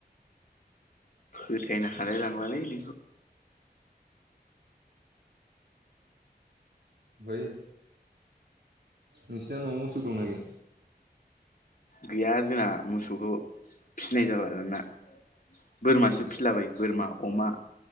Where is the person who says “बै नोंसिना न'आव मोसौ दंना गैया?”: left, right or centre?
Right